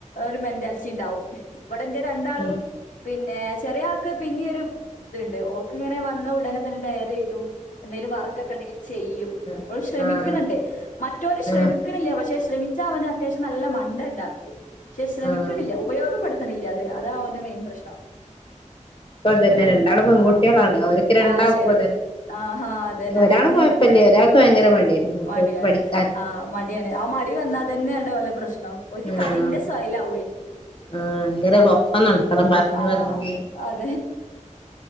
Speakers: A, on the left (about 85°); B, on the left (about 45°).
A: ഒരു മെന്റാലിറ്റി ഉണ്ടാവും ഇവിടെ എന്റെ രണ്ടാളും
B: ഉം
A: പിന്നെ ചെറിയ ആൾക്ക് പിന്നെരു ഇത്ണ്ട് ഓക്ക് ഇങ്ങനെ വന്ന ഉടനെ തന്നെ ഡയറി എഴുതും എന്തേലും വർക്കൊക്കെ ഉണ്ടെങ്ക ചെയ്യും
B: ആഹ്
A: അവ ശ്രമിക്കുന്നുണ്ട്
B: ആഹ്
A: മറ്റവന് ശ്രമിക്കണില്ല
B: ആഹ്
A: പക്ഷെ ശ്രമ അവന് അത്യാവശ്യം നല്ല മണ്ട ഉണ്ടാക്കി പക്ഷെ ശ്രമിക്കണില്ല
B: ആഹ്
A: ഉപയോഗപ്പെടുത്ത <unintelligible> അതാണ് അവന്റെ മെയിൻ പ്രശ്നം
B: ഇപ്പതന്നെ രണ്ടാളും പെൺകുട്ടികളാണ്
A: ആഹ്
B: അവർക്ക് രണ്ടക്കും
A: ആഹ് ശരി
B: അതന്നെ
A: ആഹാ അതന്നെ
B: ഒരാൾ
A: അതന്നെ
B: കുഴപ്പല്ല ഒരാൾ ഭയങ്കര മടിയാണ് മുത്തോൾക്ക്
A: മടിയാണ്
B: പഠിക്കാൻ
A: ആ മടിയാണ് ആ മടി വന്നാൽ തന്നെയാണ് ഓലെ പ്രശ്നം ഒക്ക്
B: ആഹ്
A: കളിന്റെ സയലാവേ
B: ആഹ് ഭയങ്കര ഒപ്പം നടക്കണം പറഞ്ഞ്
A: ആഹ്
B: പറഞ്ഞ്
A: <unintelligible>